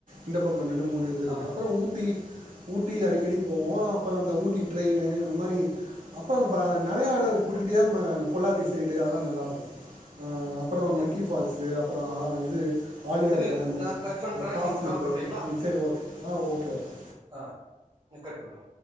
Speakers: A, on the right; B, on the right.
A: இந்த ப வ நெண்டு மூணு இது இருக்கு
B: ஆமா
A: அப்புறோ ஊட்டி ஊட்டி அடிக்கடி போவோ அப்புற அந்த ஊட்டி ட்ரெயினு அந்த மாரி அப்புறோ அந்த ப நெறைய அட இருக்கு குட்ட குட்டியா நம்ம அந்ந பொள்ளாத்தி சைடு அதெல்லா நல்லா இருக்கு அப்புறோ
B: சேர்
A: மங்கி ஃபால்ஸு அப்புறோ
B: சேர்
A: ஆ இது ஆலியார்
B: இது
A: டேமு
B: நா கட் பண்றே
A: காஸ்
B: நீங்க
A: ஸ்லிப்பு
B: கால் பண்றீங்களா
A: ம் செரி ஓகே ஆ ஓகே ஓகே
B: ஆ ந கட் பண்றே